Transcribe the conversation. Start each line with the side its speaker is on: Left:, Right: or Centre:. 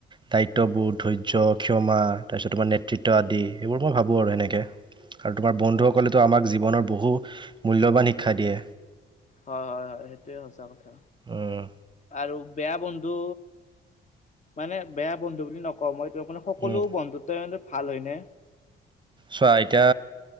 Right: দায়িত্ববোধ, ধৈৰ্য, ক্ষমা, তাৰপিছত তোমাৰ নেতৃত্ব আদি এইবোৰ মই ভা- বো আৰু এনেকে। আৰু তোমাৰ বন্ধুসকলেতো
Left: হয়
Right: আমাক জীৱনৰ বহু মূল্যৱান শিক্ষা দিয়ে।
Left: হয় হয় হয় সেইটোয়ে সঁচা কথা
Right: উম
Left: আৰু। বেয়া বন্ধু মানে বেয়া বন্ধু বুলি নকওঁ মই, মানে সকলো
Right: উম
Left: বন্ধুত্বে ভাল হয় ন।
Right: চোৱা এতিয়া